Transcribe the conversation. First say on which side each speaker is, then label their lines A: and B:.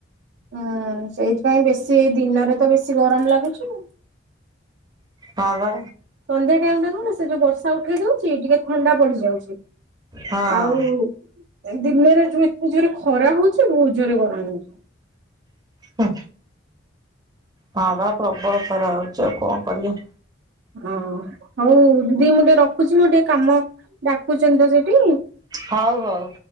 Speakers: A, on the right; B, on the right.
A: ହୁଁ ସେଇଥିପାଇଁ ବେଶୀ ଦିନରେ ତ ବେଶୀ ଗରମ ଲାଗୁଛି।
B: ହଁ ବା।
A: ସନ୍ଧ୍ୟା ଟାଇମ ଟା କଣ ନା ସେ ଯୋଉ ବର୍ଷା ଉଠେଇ ଦଉଛି ଟିକେ ଥଣ୍ଡା ପଡିଯାଉଛି
B: ହଁ
A: ଆଉ ଦିନରେ ଯୋଉ ଏତେ ଜୋରେ ଖରା ହଉଛି ଭୋଉତୁ ଗରମ ହେଉଛି।
B: ହୁଁ। ହଁ ବା ପ୍ରବଳ ଖରା ହଉଛି ଆଉ କଣ କରିବା?
A: ହଁ ହଉ ଦିଦି ମୁଁ ଟିକେ ରଖୁଛି ମୁଁ ଟିକେ କାମ ଡାକୁଛନ୍ତି ତ ସେଠି
B: ହଉ ହଉ